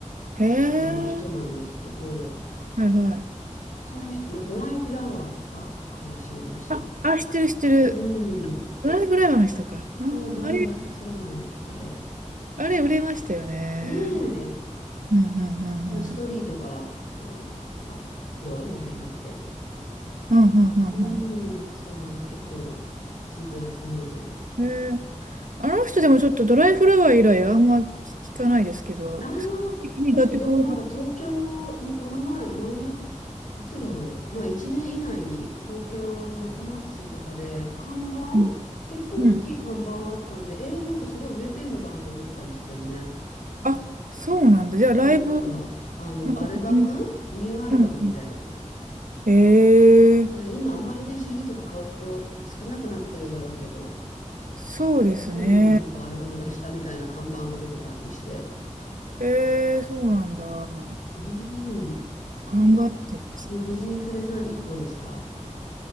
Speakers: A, on the right; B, on the left.
A: へえ。
B: あの人なんですけど、
A: はいはい。
B: その人、まあ、ドライフラワーとかから知りました。
A: あ、あ、知ってる知ってる。
B: うん。
A: ドライフライ話とか。あー、
B: そう、ドライフラワーの人で。
A: あれ、あれ売れましたよね。
B: ね
A: うんうんうん
B: え、ストリートから、
A: うん。
B: あの、なんか、プロみたいになって。
A: うんうんうん
B: うん、そう、結構聞いてますね。
A: うん。へえ。あの人でもちょっとドライフラワー以来あんま聞かないですけど、
B: ああ、
A: 的に楽曲を発
B: 確かでもなんか東京、もうこの前、前、いつだろう。まあ1年以内に東京、まあ、田町とかで看板、
A: うん。
B: 結構大きい看板があったんで、
A: うん
B: えー、なんかすごい売れてんのかなと思ったんですけどね。
A: あ、そうなんだ。じゃあライブ
B: 多分なんか、あの、
A: の告知み
B: アルバムニューアルバムみたいな。
A: うんうんええ
B: ね今あんまりね、CD とか買う人少なくなってるだろうけど、
A: そうですね。
B: うん、なんかアルバム出したみたいな看板が出てたりして。
A: ええそうなんだ。頑
B: うん。
A: 張ってですね。
B: え、もう藤井風さん一本ですか